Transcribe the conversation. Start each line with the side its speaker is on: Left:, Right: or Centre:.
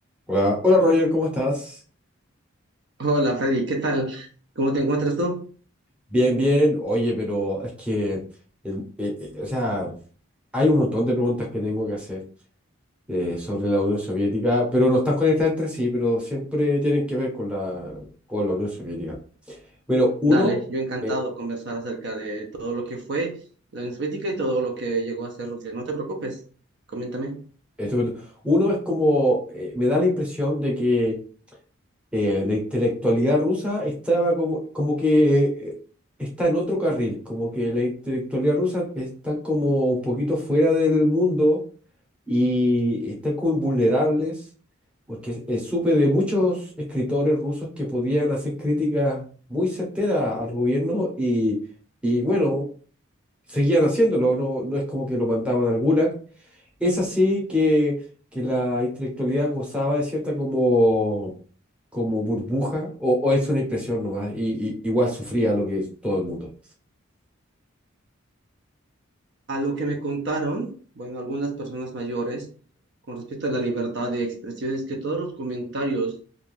Centre: Hola, hola Roger, ¿cómo estás?
Right: Hola Freddy, ¿qué tal? ¿Cómo te encuentras tú?
Centre: Bien, bien. Oye, pero es que, el- eh, eh, o sea, hay un montón de preguntas que tengo que hacer eh, sobre la Unión Soviética, pero no están conectadas entre sí, pero siempre tienen que ver con la, con la Unión Soviética. Bueno, uno,
Right: Dale, yo encantado
Centre: eh,
Right: de conversar acerca de todo lo que fue la Unión Soviética y todo lo que llegó a ser Rusia. No te preocupes, coméntame.
Centre: esto- uno es como, eh, me da la impresión de que eh, la intelectualidad rusa estaba como, como que eh, está en otro carril, como que la intelectualidad rusa está como un poquito fuera del mundo y están como vulnerables, porque eh, supe de muchos escritores rusos que podían hacer críticas muy certeras al gobierno y, y bueno, seguían haciéndolo, no, no es como que lo mandaban al Gulag. Es así que, que la intelectualidad gozaba de cierta como, como burbuja, o, o es una impresión nomás, y, y igual sufría lo que es todo el mundo.
Right: A lo que me contaron, bueno, algunas personas mayores, con respecto a la libertad de expresión, es que todos los comentarios,